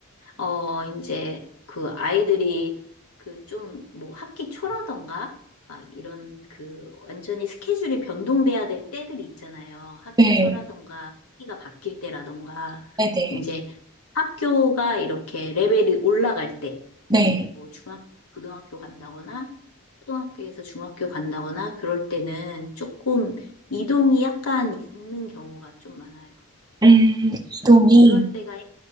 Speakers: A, on the left; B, on the right.
A: 어, 이제 그 아이들이 그 좀 뭐 학기 초라던가 막 이런 그 완전히 스케줄이 변동돼야 될 때들이 있잖아요. 학기
B: 네,
A: 초라던가 학기가 바뀔 때라던가
B: 네네.
A: 이제 학교가 이렇게 레벨이 올라갈 때
B: 네.
A: 이제 뭐 중학교, 고등학교 간다거나 초등학교에서 중학교 간다거나 그럴 때는 조금 이동이 약간 있는 경우가 좀 많아요.
B: 음,
A: 네,
B: 이동이,
A: 그- 그럴 때가